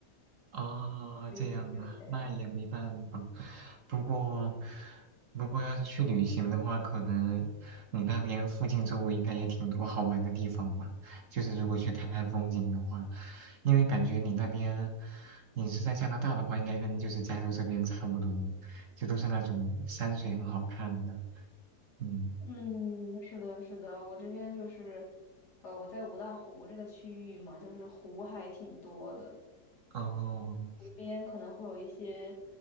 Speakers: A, on the right; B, on the left.
A: 啊，
B: <laughs> 所以就就这样。
A: 这样啊，那也没办法。不过，不过要是去旅行的话，可能你那边附近周围应该也挺多好玩的地方吧？就是如果去看看风景的话，因为感觉你那边，你是在加拿大的话，应该跟就是加州这边差不多，就都是那种山水很好看的。嗯，
B: 嗯，是的，是的，我这边就是，呃，我在五大湖这个区域嘛，就是湖还挺多的，
A: 哦，
B: 湖边可能会有一些